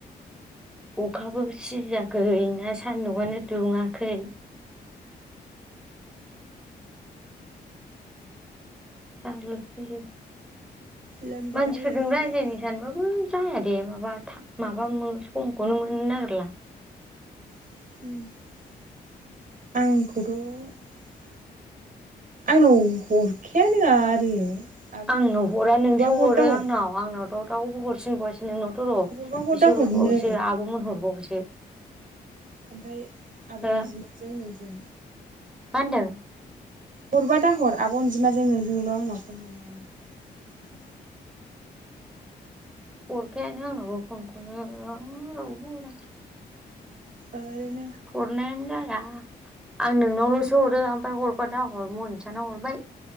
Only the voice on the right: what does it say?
लोमजाबाथाय
लोमजाबाय
आंखौथ' आंनाव हरखायानो आरो। आब'
रुजाफोरा
हरबा हर
दा हर
हरबा हर
दा हरनो
ओमफ्राय आब'
बिमाजों नोंजों।
हरबा दा हर आब' अनजिमाजों नोंजोंल' आंनाव फन हरनायानो।
आरो